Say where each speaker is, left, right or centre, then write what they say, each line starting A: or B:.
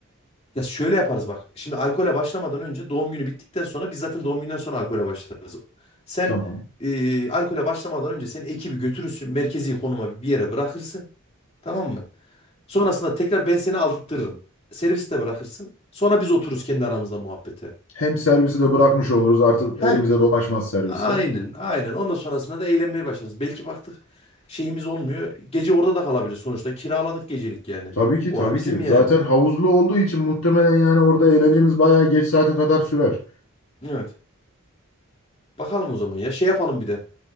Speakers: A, on the left; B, on the left.
A: Ya şöyle yaparız bak. Şimdi alkole başlamadan önce doğum günü bittikten sonra biz zaten doğum günden sonra alkole başlarız. Sen
B: Tamam.
A: e, alkole başlamadan önce sen ekibi götürürsün. Merkezi konuma bir yere bırakırsın. Tamam mı? Sonrasında tekrar ben seni aldırtırım. Serviste bırakırsın. Sonra biz otururuz kendi aramızda muhabbete.
B: Hem servisi de bırakmış oluruz artık
A: Heh,
B: elimizde dolaşmaz serviste.
A: aynen, aynen. Ondan sonrasında da eğlenmeye başlarız. Belki baktık şeyimiz olmuyor. Gece orada da kalabilir. Sonuçta kiraladık gecelik yani.
B: Tabii ki
A: Ora
B: tabii
A: bizim
B: ki.
A: yani.
B: Zaten havuzlu olduğu için muhtemelen yani orada eğlencemiz bayağı geç saate kadar sürer.
A: Evet. Bakalım o zaman ya. Şey yapalım bir de.